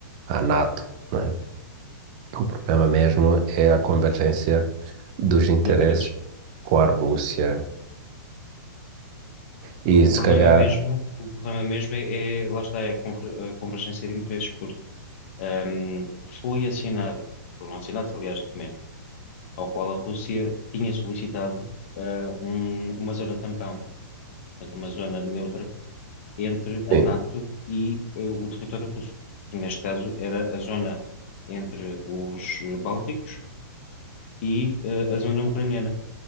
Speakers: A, on the right; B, on the left.
A: à NATO, não é? O problema mesmo é a convergência dos interesses
B: De interesses.
A: com
B: Sim.
A: a Rússia. E
B: O
A: se
B: problema
A: calhar,
B: mesmo, o problema mesmo é, é- lá está, é a conver- a convergência de interesses, porque um, foi assinado, foram assinados, aliás, documentos ao qual a Rússia tinha solicitado ah, um- uma zona tampão, portanto, uma zona neutra entre a
A: sim,
B: NATO e eh, o território russo, que neste caso era a zona entre os Bálticos e eh, a zona ucraniana,